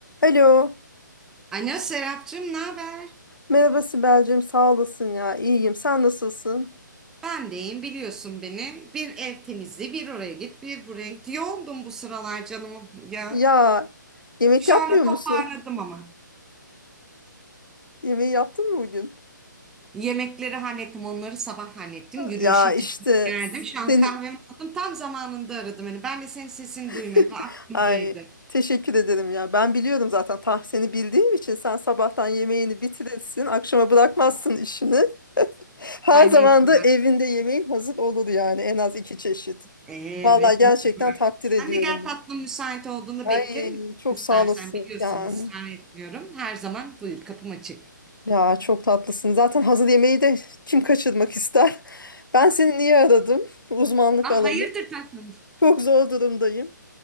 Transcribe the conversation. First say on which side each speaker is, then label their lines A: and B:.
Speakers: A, on the left; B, in the centre.
A: Alo.
B: Alo Serapcığım, ne haber?
A: Merhaba Sibel'cim. Sağ olasın ya. İyiyim. Sen nasılsın?
B: Ben deyim biliyorsun beni. Bir ev temizliği, bir oraya git, bir buraya git. Yoğundum bu sıralar canım ya.
A: Ya yemek
B: Şu
A: yapmıyor
B: anda toparladım
A: musun?
B: ama.
A: <laughs> Yemeği yaptın mı bugün?
B: Yemekleri hallettim, onları sabah hallettim. Yürüyüşe
A: Ya işte
B: çıktım, geldim. Şu an
A: seni
B: kahvemi aldım. Tam zamanında aradım beni. Ben de senin sesini duymuyordum.
A: <laughs>
B: Aklımdaydı.
A: ay teşekkür ederim ya. Ben biliyorum zaten tam seni bildiğim için sen sabahtan yemeğini bitirirsin, akşama bırakmazsın işini. <laughs> Her
B: Ay
A: zaman
B: mecburen.
A: da evinde yemeğin hazır olur yani en az iki çeşit.
B: Evet,
A: Vallahi gerçekten
B: mecburen.
A: takdir ediyorum.
B: Sen de gel tatlım müsait olduğunda
A: Ay
B: beklerim.
A: çok
B: İstersen
A: sağ olasın
B: biliyorsun
A: yani.
B: ısrar etmiyorum. Her zaman buyur kapım açık.
A: Ya çok tatlısın. Zaten hazır yemeği de kim kaçırmak ister? <laughs> Ben seni niye aradım? Uzmanlık
B: Ah
A: alanı.
B: hayırdır tatlım?
A: Çok zor durumdayım.